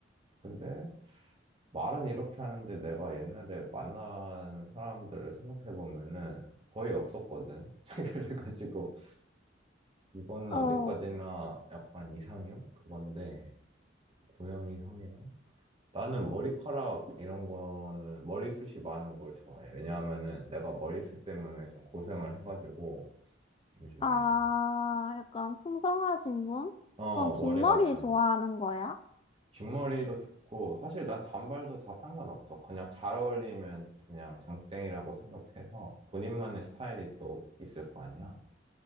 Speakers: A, on the right; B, on the left.
A: 근데 말은 이렇게 하는데 내가 옛날에 만난 사람들을 생각해 보면은 거의 없었거든. <laughs> 그래가지고 이거는
B: 어,
A: 어디까지나 약간 이상형 그건데 고양이상이랑 나는 머리카락 이런 거는 머리숱이 많은 걸 좋아해. 왜냐하면은 내가 머리숱 때문에 좀 고생을 해가지고 요즘에
B: 아, 약간 풍성하신 분?
A: 어
B: 그럼 긴
A: 머리가
B: 머리
A: 좀
B: 좋아하는 거야?
A: 긴 머리도 좋고 사실 난 단발도 다 상관없어. 그냥 잘 어울리면 그냥 장땡이라고 생각해서 본인만의 스타일이 또 있을 거 아니야.